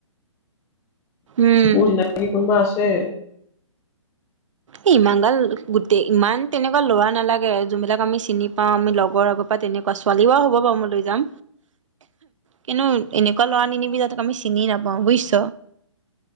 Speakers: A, on the right (about 70°); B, on the left (about 15°).
A: উম
B: তোৰ চিনাকি কোনোবা আছে?
A: এ ইমান গাল গোটেই ইমান তেনেকুৱা লৰা নালাগে। যোনবিলাক আমি চিনি পাও আমি লগৰ আগত বা তেনেকুৱা ছোৱালী বা হব বাৰু মই লৈ যাম। কেনো এনেকুৱা লৰা নিনিবি যাতে আমি চিনি নাপাওঁ বুজিছ।